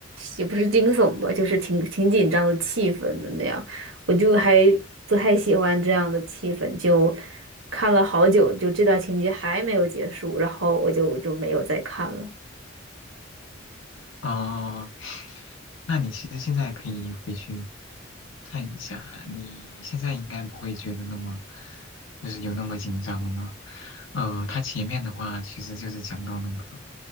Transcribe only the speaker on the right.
也不是惊悚吧，就是挺挺紧张的气氛的那样，我就还不太喜欢这样的气氛，就看了好久，就这段情节还没有结束，然后我就就没有再看了。